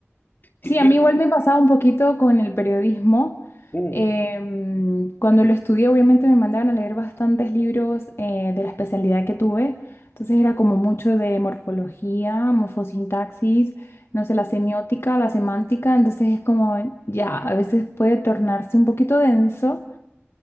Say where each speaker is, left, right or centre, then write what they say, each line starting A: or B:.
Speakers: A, on the left; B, on the left.
A: ti-
B: Sí,
A: tiene-
B: a mí igual me pasaba un poquito con el periodismo.
A: uh,
B: Em, cuando lo estudié, obviamente me mandaban a leer bastantes libros eh, de la especialidad que tuve. Entonces era como mucho de morfología, morfosintaxis, no sé, la semiótica, la semántica. Entonces es como, ya, a veces puede tornarse un poquito denso.